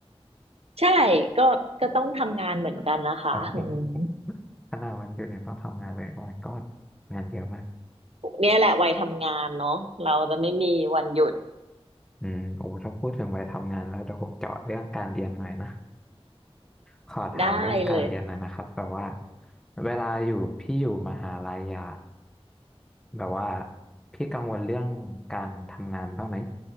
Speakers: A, on the right (about 70°); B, in the centre.
A: ใช่ก็ก็ต้องทำงานเหมือนกันนะคะอืม
B: โอ้ <laughs> โหขนาดวันหยุดเนี่ยต้องทำงานเลยโอ้ my god งานเยอะมาก
A: เนี่ยแหละวัยทำงานเนาะเราจะไม่มีวันหยุด
B: อืมโอ้ถ้าพูดถึงวัยทำงานแล้วเดี๋ยวผมเจาะเรื่องการเรียนหน่อยนะขอถามเรื่องการเรียนหน่อยนะครับแบบว่า
A: ได้เลย
B: เวลาอยู่พี่อยู่มหาลัยอะแบบว่าพี่กังวลเรื่องการทำงานบ้างไหม